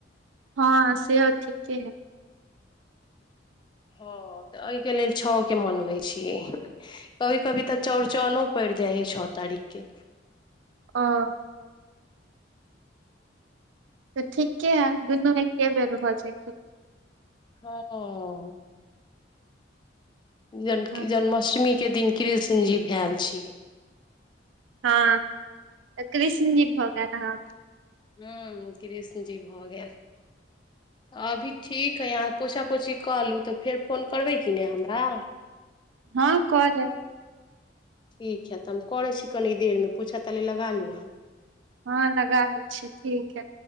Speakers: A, on the right; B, on the left.
A: हँ सेहो ठीके।
B: ह तऽ ओहिके लेल छऽ। के मनबै छियै कभी कभी तऽ चौड़चनो पड़ि जाइ है छऽ तारीखके
A: हँ तऽ ठीके है दुनू एके बेर भऽ जायतै।
B: हँ जन्की
A: हँ
B: जन्माष्टमी के दिन कृष्ण जी भेल छियै।
A: हँ तऽ कृष्ण जी भऽ गेल अहाँक
B: हँ कृष्ण जी भऽ गेल। अ अभी ठीक है आब। पोछा पोछी कहलूँ तऽ फेर फोन करबै कि नहि हमरा
A: हँ कह लेब।
B: ठीक हए तऽ हम करैत छी कनि देरमे पोछा तानि लगा लू अहाँ
A: हँ लगा लै छियै ठीक है।